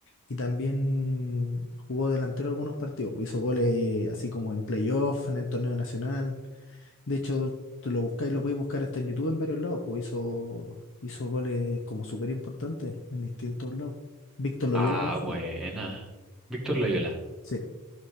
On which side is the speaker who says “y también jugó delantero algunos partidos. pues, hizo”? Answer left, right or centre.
Left